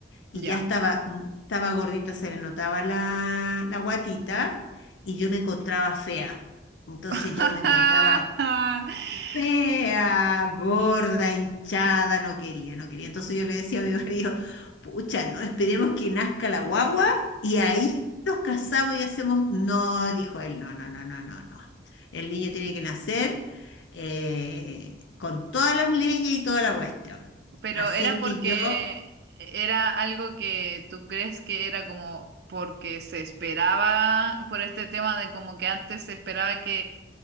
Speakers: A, on the left; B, on the right.
A: y
B: ya.
A: ya estaba, mm, estaba gordita, se le notaba la, la guatita y yo me encontraba fea. Entonces
B: <laughs>
A: yo me encontraba fea, gorda, hinchada, no quería, no quería. Entonces yo le decía a mi <laughs> marido, pucha, no, esperemos que nazca la guagua y ahí nos casamos y hacemos. No, dijo él, no, no, no, no, no, no. El niño tiene que nacer eh, con todas las leyes y toda la cuestión.
B: Pero
A: Así
B: era
A: es
B: porque
A: que yo,
B: era algo que tú crees que era como porque se esperaba por este tema de como que antes se esperaba que